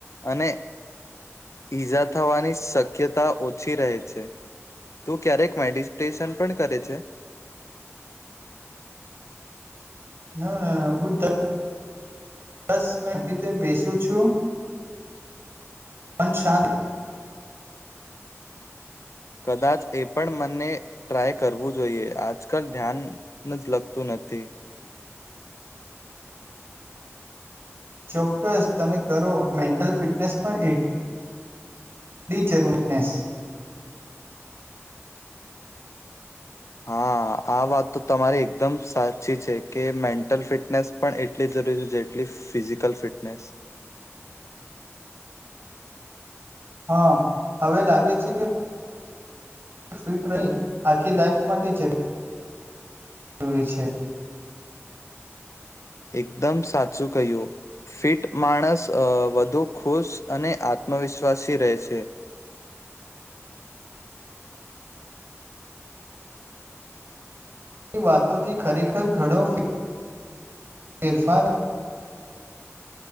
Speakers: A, on the left; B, on the right.
A: અને ઈજા થવાની શક્યતા ઓછી રહે છે તું ક્યારેક મેડિટેશન પણ કરે છે
B: ના ના હું દસ મિન રીતે બેસું છું મંચ શાંત
A: કદાચ એ પણ મને ટ્રાય કરવું જોઈએ આજકાલ ધ્યાન જ લગતું નથી
B: ચોક્કસ તમે કરો મેન્ટલ ફિટનેસ પણ એટલી જરૂરનેસ
A: હા આ વાત તો તમારી એકદમ સાચી છે કે મેન્ટલ ફિટનેસ પણ એટલી જરૂરી છે જેટલી ફિઝિકલ ફિટનેસ
B: હા હવે લાગે છે કે ફિટ રહી આખી લાઈફ માટે જરૂર જરૂરી છે
A: એકદમ સાચું કહ્યું ફિટ માણસ વધુ ખુશ અને આત્મવિશ્વાસી રહે છે
B: વાતોથી ખરેખર ઘણો ફેરફાર